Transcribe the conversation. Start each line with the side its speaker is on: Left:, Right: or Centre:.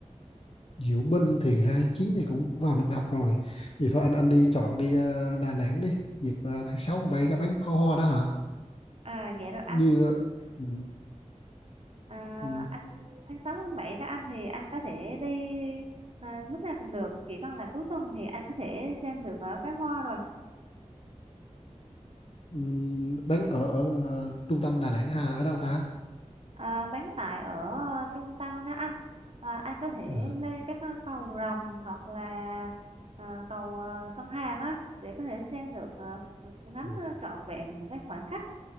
Left: Diệu Binh thì hai mươi chín thì cũng vào năm học rồi thì thôi anh anh đi chọn đi ờ, Đà Nẵng đi dịp ờ, tháng sáu bay có bắn pháo hoa đó hả
Right: À, dạ rồi anh
Left: như ừ,
Right: À,
Left: ừ.
Right: anh tháng 6 tháng 7 đó anh thì anh có thể đi à, lúc nào cũng được chỉ cần là cuối tuần thì anh có thể xem được uh, pháo hoa rồi
Left: Ừm, Đánh ở ở ờ, trung tâm Đà Nẵng hay là ở đâu ta?
Right: à, bán tại ở ờ, trung tâm đó anh à, anh có thể
Left: Ờ,
Right: lên các ờ, cầu Rồng hoặc là ờ, cầu ờ, sông Hàn á để có thể xem được ờ, ngắm
Left: ừ.
Right: ờ, trọn vẹn những cái khoảnh khắc